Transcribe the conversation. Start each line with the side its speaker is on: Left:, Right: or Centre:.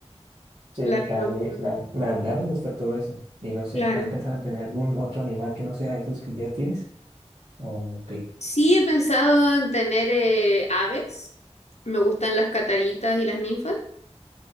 Right: Sí,
Left: La-
Right: claro,
Left: um,
Right: me- la, la verdad me gusta todo eso. Y no sé,
Left: claro.
Right: ¿has pensado en tener algún otro animal que no sea esos que ya tienes? ¿O qué?
Left: Sí, he pensado en tener eh, aves. Me gustan las cataritas y las ninfas.